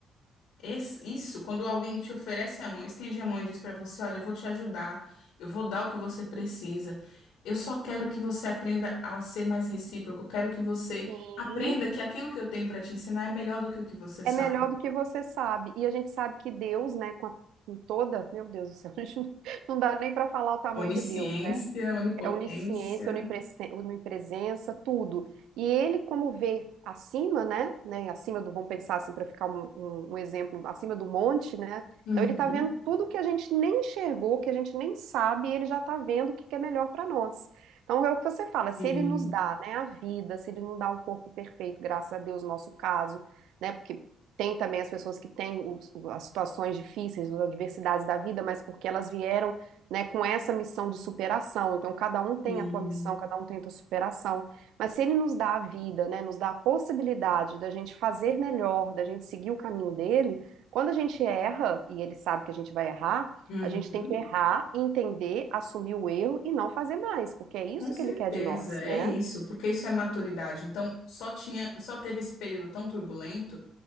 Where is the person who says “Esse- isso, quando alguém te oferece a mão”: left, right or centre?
Left